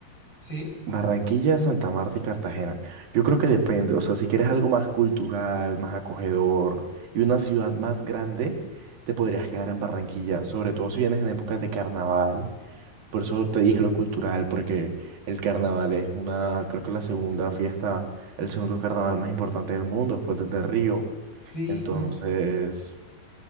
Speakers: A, on the left (about 25°); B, on the right (about 65°).
A: Sí,
B: Barranquilla, Santa Marta y Cartagena. Yo creo que depende, o sea, si quieres algo más cultural, más acogedor y una ciudad más grande, te podrías quedar en Barranquilla, sobre todo si vienes en épocas de carnaval. Por eso te dije lo cultural, porque el carnaval es una, creo que la segunda fiesta, el segundo carnaval más importante del mundo, después del de Río.
A: sí.
B: Entonces,
A: ah.